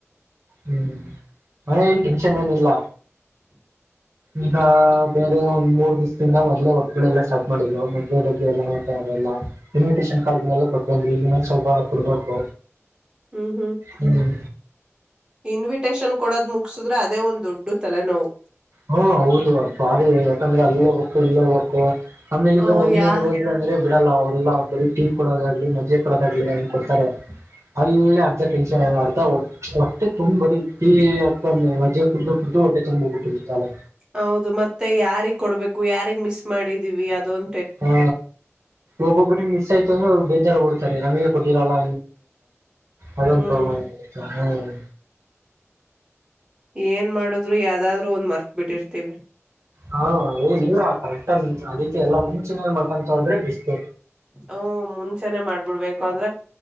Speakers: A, on the right; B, on the right.
A: ಹ್ಮ್ ಏನ್ ಟೆನ್ಷನ್ ಏನಿಲ್ಲ ಈಗ ಬೇರೆ ಮೂರ್ ದಿವಸದಿಂದ ಮೊದ್ೇ ವರ್ಕ್ಗಳೆಲ್ಲ ಸ್ಟ್ ಮಾಡಿದ್ವು ಮದ್ೆ ಬಗ್ಗೆ ಎಲ್ಲ ನೋತದೆಲ್ಲ ಇನ್ವಿಟೇಷನ್ ಕಾರ್ಡ್ ಗಳೆಲ್ಲ ಕೊಟ್ಟ ಬಂದ್ವಿ ಇನ್ನೊಂದ್ ಸ್ವಲ್ಪ ಕೊಡ್ಬೇಕು
B: ಹ್ಮ್ ಹ್ಮ್
A: ಹ್ಮ್
B: ಇನ್ವಿಟೇಷನ್ ಕೊಡೋದ್ ಮುಗಸುದ್ರೆ ಅದೇ ಒಂದ ದೊಡ್ಡ ತಲೆನೋವು
A: ಹಾ ಹೌದು ಅದ್ ಭಾರಿ ಯಾಕಂದ್ರೆ ಅಲ್ಲಿ ಹೋಗ್ಬೇಕು ಇಲ್ಲೋಗ್ಬೇಕು ಆಮೇಲೆ ಈಗ
B: ಓ
A: ಒಂದ್
B: ಯಾ
A: ಮನೆಗ್ ಹೋಗಿಲ್ಲ ಅಂದ್ರೆ ಬಿಡಲ್ಲ ಅವರೆಲ್ಲ ಬರೀ ಟೀ ಕೊಡೋದಾಗ್ಲಿ ಮಜೆ ಕೊಡೋದಾಗ್ಲಿ ಹಂಗ್ ಕೊಡ್ತಾರೆ ಅಲ್ಲೇ ಅರ್ಧ ಟೆನ್ಷನ್ ಅರ್ಧ ಹೊಟ್ಟೆ ತುಂಬ್ ಬರೀ ಟೀ ಅ ಮಜೆ ಕುಡಿದು ಕುಡ್ದು ಹೊಟ್ಟೆ ತುಂಬಟ್ಟ ತ
B: ಹೌದು ಮತ್ತೆ ಯಾರಿಗ್ ಕೊಡ್ಬೇಕು ಯಾರಿಗ್ ಮಿಸ್ ಮಾಡಿದೀವಿ ಅದೊಂ
A: ಹಾ ಒಬ್ಬೊಬ್ಬ್ರ ಮಿಸ್ ಆಯ್ತು ಅಂದ್ರೆ ಅವ್ರು ಬೇಜಾರ ಬಿಡ್ತಾರೆ ನಮ ಟಿಿನಲ್ಲ ಅದೊಂದು
B: ಹ್ಮ್
A: ಪ್ರಾಬ್ಲಮ್ ಆಗ್ಬಿಡತ್ತೆ ಹ್ಮ್
B: ಏನ್ ಮಾಡುದ್ರು ಯಾವ್ದಾದ್ರು ಒಂದ್ ಮರ್ತ್ ಬಿಟ್ಟಿರ್ತಿವಿ
A: ಹಾ ಏ ಇಲ್ಲ ಕರೆಕ್ಟ ಅದೀತಿ ಎಲ್ಲಾ ಮುಂಚೆನೇ ಮಾಡ್ಕಂತ ಹೋದ್ರೆ ಬೆಸ್ಟ್.
B: ಹ್ಮ್ ಮುಂಚೆನೆ ಮಾಡ್ಬಿಡ್ಬೇಕು ಅಂದ್ರೆ